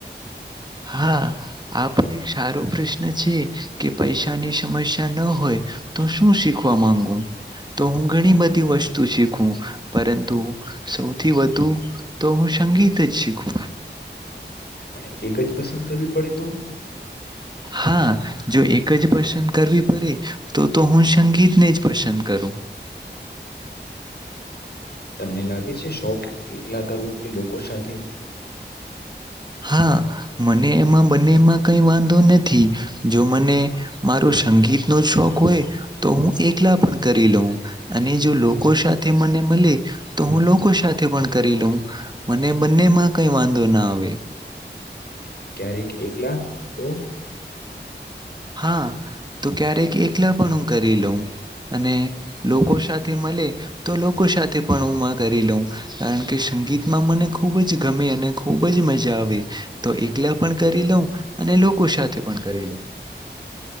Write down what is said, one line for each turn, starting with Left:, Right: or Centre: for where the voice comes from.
Right: હા આપણ એક સારો પ્રષ્ છે કે
Left: પૈસા
Right: પૈસાની સમસ્યા ન હોય તો શું શીખવા
Left: શીખવામાં
Right: માંગુ. તો હું ઘણી બધી વસ્તુ શીખું પરંતુ સૌથી વધુ તો હું સંગીત જ શીખુ.
Left: પણ એક જ પસંદ કરવી પડે તો?
Right: હા, જો એક જ પસંદ કરવી પડે તો તો હું સંગીતને જ પસંદ કરું.
Left: તમને લાગે છે શોખ એકલા કરવો કે લોકો સાથે.
Right: હા મને એમાં બંનેમાં કઈ વાંધો નથી. જો મને મારુ
Left: મારું
Right: સંગીત નો શોખ હોય તો હું એકલા પણ કરી લઉં. અને જો લોકો સાથે મને મલે તો હું લોકો સાથે પણ કરી લઉ મને
Left: શોખ એમ
Right: બંને
Left: જ.
Right: મા કઈ વાંધો ના આવે.
Left: ક્યારેક એકલા તો?
Right: હા, તો ક્યારેક એકલા પણ હું કરી લઉં અને લોકો સાથે મલે તો લોકો સાથે પણ ઉમા કરી લઉં કારણ કે
Left: જે
Right: સંગીત મને ખૂબ જ ગમે અને ખૂબ જ મજા
Left: અ,
Right: આવે તો
Left: કરું
Right: એકલા પણ કરી લઉં
Left: છું
Right: અને
Left: એ
Right: લોકો શાથે પણ
Left: સાથે કરું
Right: કરીલું.
Left: છું.